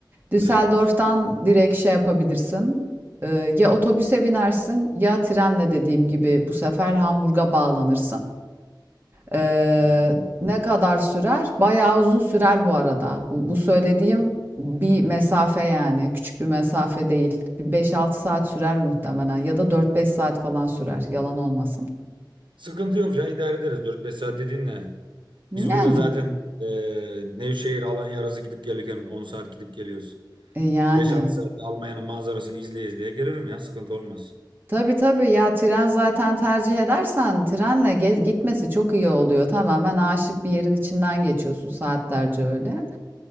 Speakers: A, on the right; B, on the right.
A: Düsseldorf'tan
B: evet.
A: direkt şey yapabilirsin. E, ya otobüse binersin ya trenle dediğim gibi bu sefer Hamburg'a bağlanırsın. Ee,
B: Hmm.
A: ne kadar sürer? Bayağı uzun sürer bu arada. Bu, bu söylediğim bir mesafe yani. Küçük bir mesafe değil. Bir 5-6 saat sürer muhtemelen. Ya da 4-5 saat falan sürer. Yalan olmasın.
B: Sıkıntı yok ya idare ederiz Dört beş saat dediğin ne?
A: Yani.
B: Biz buradan zaten e, Nevşehir Alanya arası gidip gelirken 10 saat gidip geliyoruz.
A: E yani.
B: 5-6 saatte Almanya'nın manzarasını izleye izleye gelirim ya. Sıkıntı olmaz.
A: Tabii tabii ya tren zaten tercih edersen trenle ge- gitmesi çok iyi oluyor. Tamamen aşık bir yerin içinden geçiyorsun saatlerce öyle.